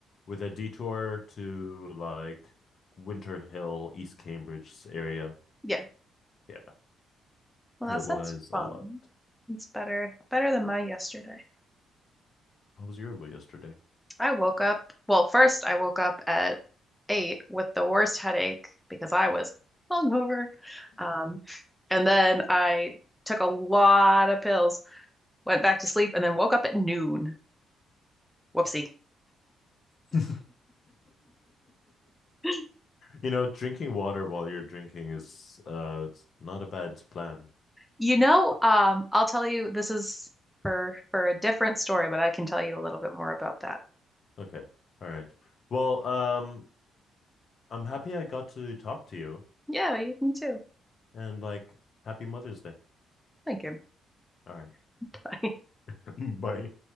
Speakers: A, on the left; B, in the centre.
A: with a detour to like Winter Hill, East Cambridge area.
B: yeah.
A: Yeah,
B: Well, that
A: it
B: sounds
A: was
B: fun.
A: a lot.
B: It's better better than my yesterday.
A: How was your Yoruba yesterday?
B: I woke up. Well, first I woke up at eight with the worst headache because I was hungover. Um, and then I took a lot of pills went back to sleep, and then woke up at noon. Whoopsie.
A: <laughs>
B: <gasps>
A: you know, drinking water while you're drinking is uh it's not a bad plan.
B: You know, um, I'll tell you this is for for a different story, but I can tell you a little bit more about that.
A: Okay. All right. Well, um I'm happy I got to talk to you
B: Yeah, you can too.
A: and like happy Mother's Day.
B: Thank you.
A: All right.
B: <laughs> Bye.
A: <laughs> Bye.